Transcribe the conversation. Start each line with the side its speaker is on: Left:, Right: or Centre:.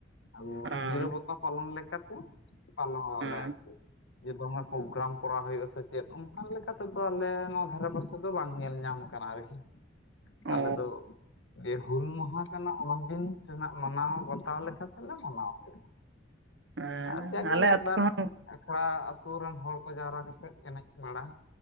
Left: ᱟᱫᱚ
Right: ᱦᱮᱸ
Left: ᱱᱤᱨᱟᱵᱚᱛᱟ ᱯᱟᱞᱚᱱ ᱞᱮᱠᱟ ᱛᱮ ᱯᱟᱞᱚᱱ
Right: ᱦᱮᱸ
Left: ᱟᱞᱮ ᱟᱨᱠᱤ᱾ ᱡᱮ ᱫᱚᱢᱮ ᱯᱨᱳᱜᱨᱟᱢ ᱠᱚᱨᱟᱣ ᱦᱩᱭᱩᱜ-ᱟ ᱥᱮ ᱪᱮᱫ ᱚᱱᱠᱟ ᱞᱮᱠᱟ ᱛᱮ ᱫᱚ ᱟᱞᱮ ᱱᱚᱣᱟ ᱫᱷᱟᱨᱮ ᱯᱟᱥᱮ ᱫᱚ ᱵᱟᱝ ᱧᱮᱞ ᱧᱟᱢ ᱠᱟᱱᱟ ᱟᱨᱠᱤ᱾
Right: ᱚ
Left: ᱟᱞᱮ ᱫᱚ ᱡᱮ ᱦᱩᱞ ᱢᱟᱦᱟ ᱠᱟᱱᱟ ᱚᱱᱟ ᱫᱤᱱ ᱨᱮᱱᱟᱜ ᱢᱟᱱᱟᱣ ᱵᱟᱛᱟᱣ ᱞᱮᱠᱟ ᱛᱮ ᱞᱮ ᱢᱟᱱᱟᱣ ᱜᱮᱭᱟ᱾
Right: ᱦᱮᱸ
Left: ᱟᱨ ᱡᱟᱜᱮ
Right: ᱟᱞᱮ
Left: ᱢᱤᱫ
Right: ᱟᱹᱛᱩ
Left: ᱵᱟᱨ
Right: ᱦᱚᱸ
Left: ᱟᱠᱷᱲᱟ ᱟᱹᱛᱳ ᱨᱮᱱ ᱦᱚᱲ ᱠᱚ ᱡᱟᱣᱨᱟ ᱠᱟᱛᱮᱫ ᱮᱱᱮᱡ ᱵᱟᱲᱟ